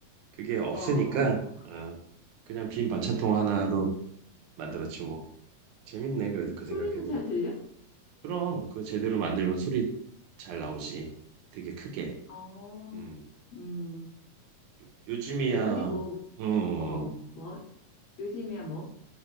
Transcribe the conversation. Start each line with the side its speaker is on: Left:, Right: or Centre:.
Right: 그게 없으니까
Left: 어, 어. <laughs>
Right: 아, 그냥 빈 반찬통 하나로 만들었지 뭐 재밌네 그래도 그
Left: 소리는
Right: 생각해보니까
Left: 잘 들려?
Right: 그럼 그 제대로 만들면 소리 잘 나오지 되게 크게
Left: 어,
Right: 음
Left: 음.
Right: 요- 요즘이야
Left: 왜 그리고,
Right: 음
Left: 어, 뭐, 요즘이야 뭐?